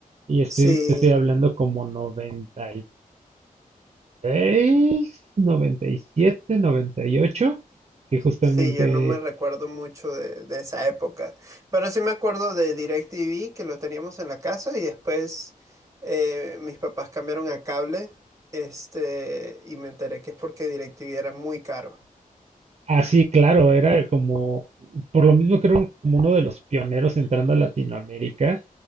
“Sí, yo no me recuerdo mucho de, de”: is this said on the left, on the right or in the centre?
Right